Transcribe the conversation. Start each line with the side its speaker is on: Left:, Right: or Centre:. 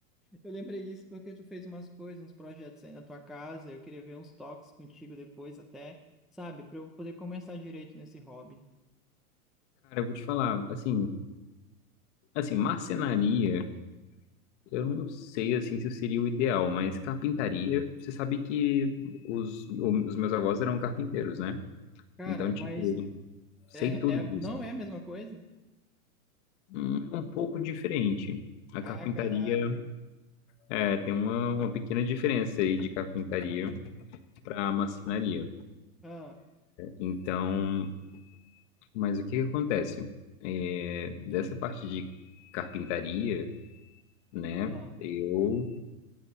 Centre: Eu lembrei disso porque tu fez umas coisas, uns projetos aí na tua casa. Eu queria ver uns toques contigo depois, até, sabe, para eu poder começar direito nesse hobby.
Left: Cara, eu vou te falar, assim, assim, marcenaria, eu não sei, assim, se seria o ideal, mas carpintaria, você sabe que os, o- os meus avós eram carpinteiros, né?
Centre: Cara,
Left: Então,
Centre: mas
Left: tipo, sei
Centre: é,
Left: tudo
Centre: é-
Left: disso.
Centre: não é a mesma coisa?
Left: Hum, É um pouco diferente. A carpintaria
Centre: Ah, caraca.
Left: é, tem uma, uma pequena diferença aí de carpintaria para marcenaria.
Centre: Ah,
Left: Então, mas o que que acontece? É, dessa parte de carpintaria, né?
Centre: ah,
Left: Eu